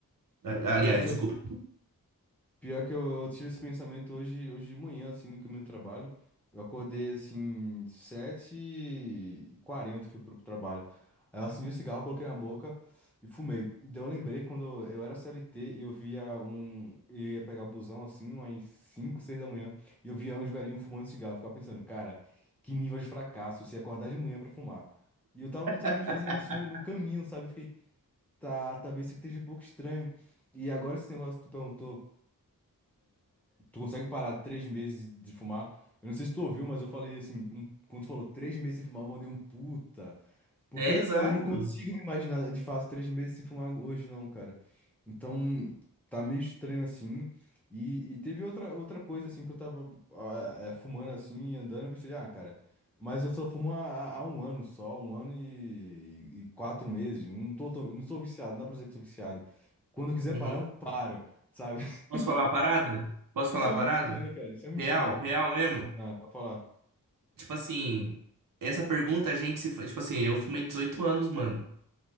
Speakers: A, on the right; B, in the centre.
A: A-
B: Pior
A: Aliás,
B: que
A: desculpa.
B: eu. Pior que eu, eu tive esse pensamento hoje, hoje de manhã, assim, no caminho do trabalho. Eu acordei, assim, sete e quarenta fui pro trabalho. Aí eu acendi o cigarro, coloquei na boca e fumei. Daí eu lembrei quando eu era CLT e eu via um... Eu ia pegar o busão, assim, umas 5 6 da manhã. E eu via uns velhinhos fumando cigarro. Eu ficava pensando, cara, que nível de fracasso se acordar de manhã pra fumar. E eu tava literalmente
A: <laughs>
B: fazendo isso no, no caminho, sabe? Eu Fiquei, tá, talvez isso aqui esteja um pouco estranho. E agora esse negócio que tu perguntou... Tu consegue parar três meses de fumar? Eu não sei se tu ouviu, mas eu falei assim, um- quando tu falou três meses sem fumar, eu mandei um puta. Porque
A: É, exato.
B: eu não consigo me imaginar, de fato, três meses sem fumar hoje, não, cara. Então, tá meio estranho assim. E, e teve outra, outra coisa, assim, que eu tava ah, eh, fumando assim, andando, eu pensei, ah, cara, mas eu só fumo há, há um ano só, um ano e, e quatro meses. Não tô, tão- não sou viciado, não dá pra dizer que sou viciado. Quando eu quiser
A: Uhum.
B: parar, eu paro, sabe? <laughs>
A: Posso falar a parada? Posso
B: Isso
A: falar
B: é
A: a parada?
B: mentira, né, cara? Isso é mentira,
A: Real,
B: né?
A: real mesmo.
B: Ah, pode falar.
A: Tipo assim, essa pergunta a gente se. fa- Tipo assim, eu fumei 18 anos, mano.